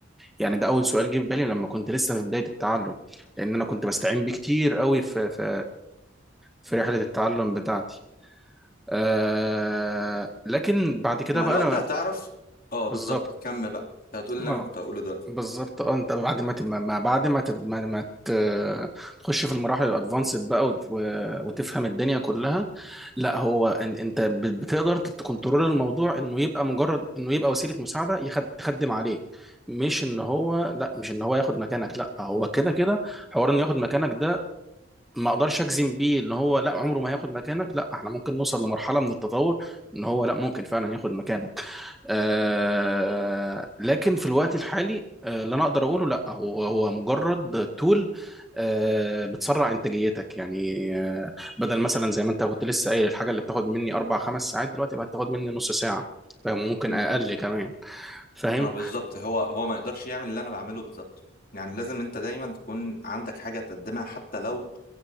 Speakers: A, in the centre; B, on the left.
A: يعني ده اول سؤال جه في بالي لما كنت لسه في بدايه التعلم لان انا كنت بستعين بيه كتير قوي في في في رحله التعلم بتاعتي آه لكن بعد كده
B: مع
A: بقى
B: الوقت
A: انا
B: هتعرف اه
A: بالظبط
B: بالظبط كمل بقى أنت هتقول اللي
A: اه
B: أنا كنت هقوله دلوقتي
A: بالظبط اه انت بعد ما ت- ما ما- بعد ما ت- ما ما ت- تخش في المراحل الادفانسد بقى وت- و- وتفهم الدنيا كلها لا هو ان- انت ب- بتقدر تكنترول الموضوع انه يبقى مجرد انه يبقى وسيله مساعده يخد- تخدم عليك مش ان هو لا مش ان هو ياخد مكانك لا هو كده كده حوار انه ياخد مكانك ده ما اقدرش اجزم بيه ان هو لا عمره ما هياخد مكانك لا احنا ممكن نوصل لمرحله من التطور ان هو لا ممكن فعلا ياخد مكانك آه لكن في الوقت الحالي آه اللي انا اقدر اقوله لا هو هو مجرد تول آه بتسرع انتاجيتك يعني آه بدل مثلا زي ما انت كنت لسه قايل الحاجه اللي بتاخد مني اربع خمس ساعات دلوقتي بقت تاخد مني نص ساعه فاهم ممكن
B: مم.
A: اقل كمان فاهم
B: اه بالظبط هو هو ما يقدرش يعمل اللي أنا بعمله بالظبط يعني لازم أنت دايما تكون عندك حاجة تقدمها حتى لو